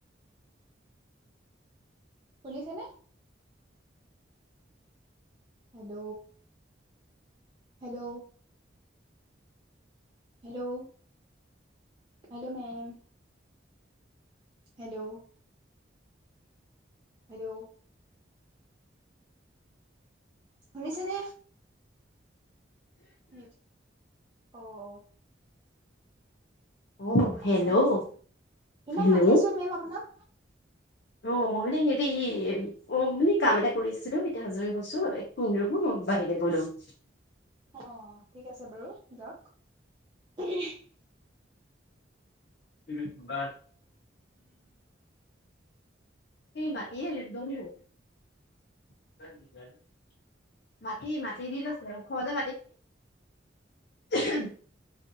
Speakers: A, on the right; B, on the left.
A: শুনিছেনে? Hello. Hello. Hello hello ma'am. Hello. Hello. শুনিছে নে? স অ অ।
B: আহ
A: কাহ
B: হেল্ল'
A: এটা মাৰি ইমান
B: হেল্ল'
A: মাতি আছো মেম আপোনাক
B: আহ। মানে হেৰি অ মানে কাম এটা কৰিছিলো এতিয়া হাজৰি হৈছো একো মই বাহিৰৰে গলো। <inaudible> <inaudible>
A: অ ঠিক আছে বাৰু যাওক। <unintelligible>
B: প <unintelligible> ত বতিদন <unintelligible> মাতি মাতি দি লৈছে ওখ যে। খে